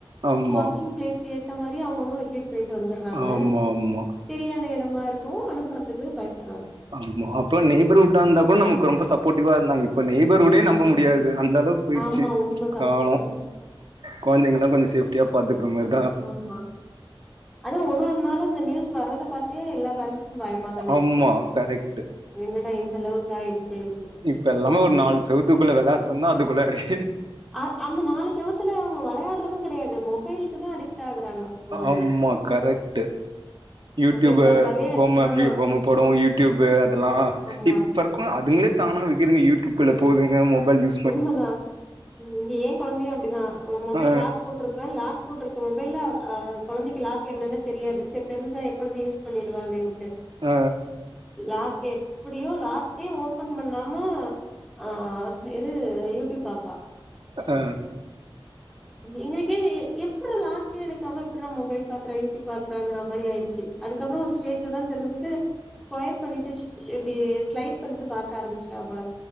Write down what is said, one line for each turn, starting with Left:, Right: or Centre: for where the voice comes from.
Right: ஆமா
Centre: ஒர்க்கிங் பிளேஸ்க்கு ஏத்த மாரி அவுங்கவுங்க வெக்கேட் போய்ட்டு வந்துர்றாங்க
Right: ஆமா ஆமா
Centre: தெரியாத எடமா இருக்கவு அனுப்பறதுக்கு பயப்பர்றாங்க
Right: ஆமா அப்பல்லா நெய்பர்ஹூடா இருந்தா கூட நமக்கு ரொம்ப சப்போர்டிவா இருந்தாங்க இப்ப நெய்பர்ஹூடே நம்ப
Centre: ஆமா.
Right: முடியாது அந்த அளவுக்கு போயிடுச்சு
Centre: ஆமா உண்மதா
Right: காலோ
Centre: ம்
Right: கொழந்தைங்கல்லா கொஞ்சோ சேஃப்டியா பாத்துக்கற மாரி
Centre: ஆமா அதா ஒரு ஒரு நாளு இந்த நியூஸ் வர்றத பாத்தே எல்லா பேரண்ட்ஸ்க்கு பயமா தானே
Right: ஆமா
Centre: இருக்கு
Right: கரெக்ட்
Centre: என்னடா இந்த அளவுக்கு ஆயிடுச்சேன்ட்டு
Right: இப்பெல்லாமே ஒரு நாலு செவுத்துக்குள்ள வெளாட சொன்னா அதுக்குள்ளடு
Centre: அ அந்த நாலு செவுத்துல அவுங்க வெளயாடறது கெடையாது மொபைல்க்குதா அடிக்ட் ஆகுறாங்க கொழந்தைங்க
Right: ஆமா கரெக்ட்டு யூடியூபு
Centre: மொபைல் பாத்தாவே
Right: பொம்ம
Centre: ஆ
Right: பொம்ம படோ யூடியூபு அதெல்லா
Centre: ஆமா
Right: இ ப்ருக்கோ அதுங்ளே தானா வெக்குதுங்க யூடியூப்ல போதுங்க மொபைல் யூ
Centre: உண்மதா இங்க ஏன் கொழந்தைையு அப்டிதா மொபைல்
Right: ஆ
Centre: லாக் போட்ரு இப்ப லாக் போட்ருக்க மொபைல்ல ஆ கொழந்தைக்கு லாக் என்னனே தெரியாது செரி தெரிஞ்சா எப்பொழுது யூஸ் பண்ணிடுவாளேன்
Right: அ
Centre: லாக் எப்டியோ லாக்கே ஓப்பன் பண்ணாம ஆ இது யூடியூப் பாப்பா
Right: அ
Centre: எங்களுக்கே எ எப்டுறா லாகே எடுக்காம எப்டுறா மொபைல் பாக்கறா யூடியூப் பாக்கறாங்கற மாரி ஆயிடுச்சு அதுக்கப்றோ ஒரு ஸ்டேஜ்லதா தெரிஞ்சுது ஸ்கொயர் பண்ணிட்டு ஷ் இப்டி ஸ்லைட் பண்ணிட்டு பாக்க ஆரம்பிச்சிட்டா போல